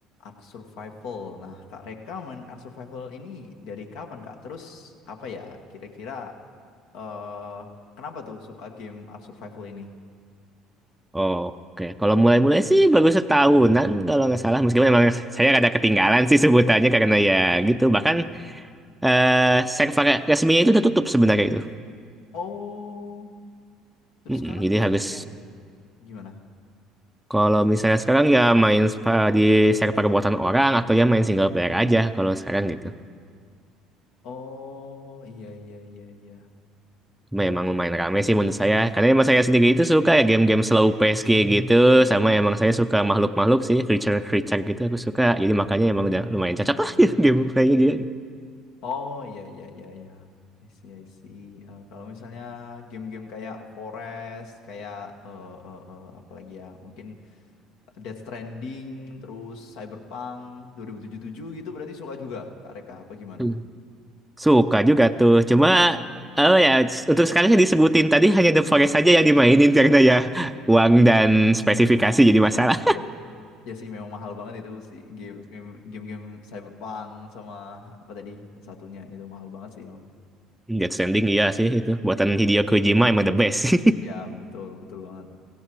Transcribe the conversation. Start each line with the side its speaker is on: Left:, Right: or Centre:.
Left: Ark Survival. Nah, Kak Reka main Ark Survival ini dari kapan, Kak? Terus apa ya kira-kira eh kenapa tuh suka game Ark Survival ini?
Centre: Oke, Kalau mulai-mulai sih baru setahunan kalau nggak salah, meskipun emang saya rada ketinggalan sih sebutannya karena ya gitu. Bahkan eh server resminya itu udah tutup sebenarnya itu.
Left: Oh, terus
Centre: Mm-mm,
Left: sekarang
Centre: jadi harus
Left: pakai gimana?
Centre: kalau misalnya sekarang ya main spa- di server buatan orang atau ya main single player aja kalau sekarang gitu.
Left: Oh, iya iya iya iya.
Centre: Memang lumayan rame sih menurut saya. Karena emang saya sendiri itu suka ya game-game slow pace kayak gitu. Sama emang saya suka makhluk-makhluk sih, creature-creature gitu aku suka. Jadi makanya emang udah lumayan cocok lah <laughs> gameplaynya dia.
Left: Oh, iya iya iya iya. I see, I see. Eh, kalau misalnya game-game kayak Forest, kayak eh eh, eh, apa lagi ya? Mungkin Death Stranding, terus Cyberpunk 2077 gitu berarti suka juga Kak Reka apa gimana?
Centre: Hmm. Suka juga tuh. Cuma oh ya s- untuk sekarang yang disebutin tadi hanya The Forest saja yang dimainin karena ya uang dan spesifikasi jadi masalah.
Left: Ya sih memang mahal banget itu si game game game, game Cyberpunk sama apa tadi yang satunya itu mahal banget sih emang.
Centre: <laughs> Death Stranding iya sih itu. Buatan
Left: Iya,
Centre: Hideo Kojima emang the best.
Left: ya betul betul banget.